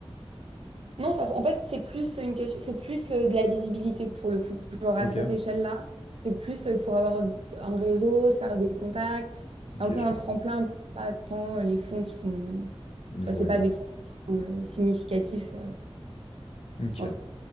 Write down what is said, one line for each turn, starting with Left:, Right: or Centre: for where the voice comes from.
Right: Non, ça, en fait, c'est plus une question, c'est plus euh, de la visibilité pour le coup. Genre
Left: Ok,
Right: à cette échelle-là, c'est plus euh, pour avoir un réseau, ça a des contacts. C'est
Left: ok,
Right: un peu
Left: je
Right: un
Left: comprends.
Right: tremplin, mais c'est pas tant euh, les fonds qui sont.
Left: Je
Right: Tu vois, c'est
Left: vois
Right: pas des fonds qui sont, euh, significatifs. euh,
Left: Ok.
Right: ouais.